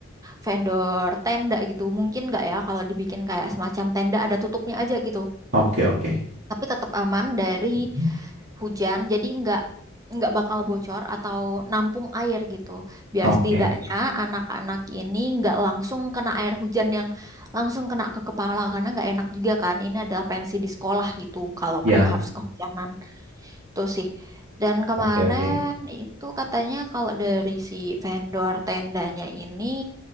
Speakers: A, on the right; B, on the right.
A: vendor tenda gitu. Mungkin nggak ya kalau dibikin kayak semacam tenda ada tutupnya aja gitu.
B: oke oke
A: Tapi tetap aman dari
B: Mhm.
A: hujan jadi nggak nggak bakal bocor atau nampung air gitu biar
B: oke
A: setidaknya anak-anak ini nggak langsung kena air hujan yang langsung kena ke kepala karena nggak enak juga kan ini adalah pensi di sekolah gitu kalau
B: ya
A: mereka harus kehujanan itu sih dan kemarin
B: Oke, oke.
A: itu katanya kalau dari si vendor tendanya ini